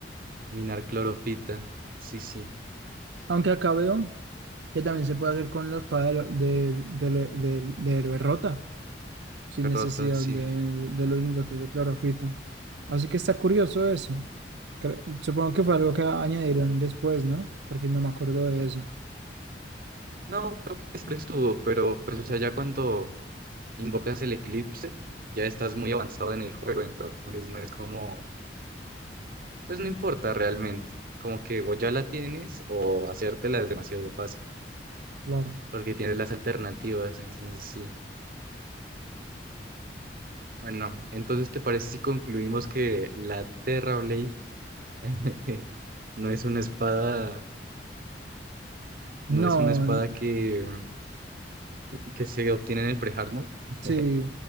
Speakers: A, on the right (about 55°); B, on the right (about 80°).
A: minar clorofita. Sí, sí,
B: Aunque acá veo que también se puede hacer con la espada del del del- del- de héroe rota, sin necesidad
A: rota, sí.
B: de, de los lingotes de clorofita. Así que está curioso eso. Cre- supongo que fue algo que añadieron después, ¿no? Porque no me acuerdo de eso.
A: No, creo que siempre estuvo, pero pues, o sea, ya cuando invocas el eclipse, ya estás muy avanzado en el juego, entonces no es como, pues no importa realmente, como que vos ya la tienes o hacértela es demasiado fácil,
B: Claro.
A: porque tienes las alternativas, entonces sí. Bueno, entonces ¿te parece si concluimos que la Terra Blade <laughs> no es una espada,
B: No,
A: no es una espada
B: n-
A: que, que se obtiene en el pre-hard mode? <laughs>
B: sí.